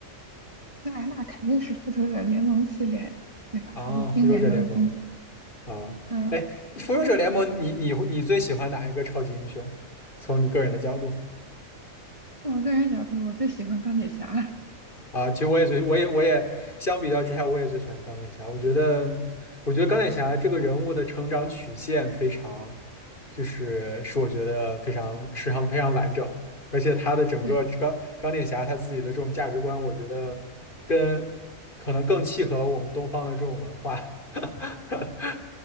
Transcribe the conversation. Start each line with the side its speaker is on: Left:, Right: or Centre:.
Right: 那那肯定是复仇者联盟系列呀，对吧？
Left: 啊，
Right: 就经典中的经典。
Left: 《复仇者联盟》啊，
Right: 嗯，
Left: 哎，《复仇者联盟》你你你最喜欢哪一个超级英雄？从你个人的角度。
Right: 从我个人角度，我最喜欢钢铁侠。
Left: 啊，其实我也最，我也我也相比较之下，我也最喜欢钢铁侠。我觉得，我觉得钢铁侠这个人物的成长曲线非常，就是是我觉得非常非常非常完整，而且他的整个这个钢铁侠他自己的这种价值观，
Right: <laughs> 对，
Left: 我觉得跟可能更契合我们东方的这种文化。<laughs>